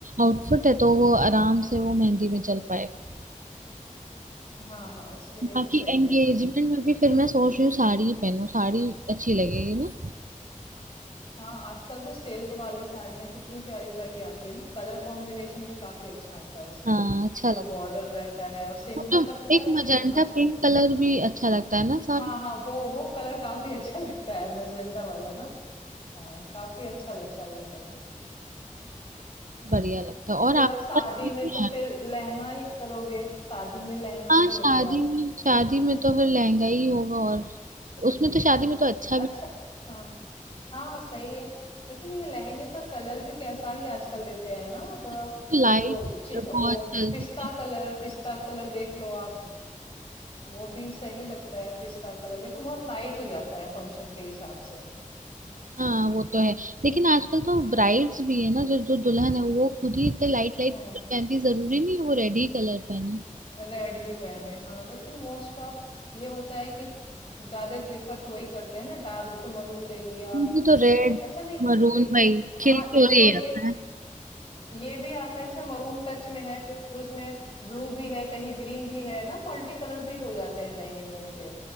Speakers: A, on the right; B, on the left.
A: आउटफिट है तो वो आराम से वो मेहंदी में चल पाएगा
B: हाँ हाँ उसके लिए
A: बाकी
B: तो सही
A: एंगेजमेंट
B: है मेहंदी
A: में
B: के लिए
A: भी फिर मैं सोच रही हूँ साड़ी ही पहनूं साड़ी अच्छी लगेगी ना
B: हाँ आजकल वो सिल्क वाली साड़ियाँ कितनी प्यारी प्यारी आती है ना कलर कॉम्बिनेशन भी काफी अच्छा आता है उसमें
A: हाँ अच्छा लगता
B: जो बॉर्डर रहता है और सिंपल
A: है तो
B: लगता है
A: एक
B: लेकिन
A: मजेंटा
B: अच्छा
A: पिंक
B: लगता
A: कलर
B: है
A: भी अच्छा लगता है ना
B: हाँ
A: साड़ी में?
B: हाँ वो वो कलर काफी अच्छा <laughs> लगता है मजेंटा वाला ना हाँ काफी अच्छा लगता है वो कलर
A: बढ़िया लगता है और
B: फिर
A: आपके
B: आप शादी
A: पास भी
B: में
A: नहीं
B: तो
A: है
B: फिर लहंगा ही करोगे शादी में लहंगा
A: हाँ
B: करोगे
A: शादी
B: आप
A: में शादी में तो फिर लहंगा ही होगा और उसमें तो शादी में तो अच्छा
B: अच्छा
A: भी
B: हाँ हाँ, सही है। लेकिन ये लहंगे का कलर भी कैसा ही आजकल देते हैं ना, थोड़ा
A: तो लाइट
B: जो चि वो
A: बहुत चलती
B: पिस्ता
A: है
B: कलर पिस्ता कलर देख लो आप, वो भी सही लगता है पिस्ता कलर, लेकिन बहुत लाइट हो जाता है फंक्शन के हिसाब से।
A: हाँ वो तो है लेकिन आजकल तो ब्राइड्स भी है ना जो जो दुल्हन है वो खुद ही इतने लाइट लाइट
B: हम्म,
A: पहनती जरूरी नहीं है वो रेड ही कलर पहने
B: रेड ही पहने हाँ, लेकिन मोस्ट ऑफ ये होता है कि ज्यादा प्रिफर तो वही करते हैं ना डार्क जैसे मरून ले लिया
A: मुझे तो रेड
B: उसमें अच्छा नहीं
A: मरून
B: एक
A: भाई खिल
B: हाँ
A: के
B: एक
A: और ये
B: तो ये
A: आता है
B: ये भी आता है जैसे मरून टच में है, फिर उसमें ब्लू भी है, कहीं ग्रीन भी है ना, मल्टी कलर भी हो जाते हैं लहंगे में उनके।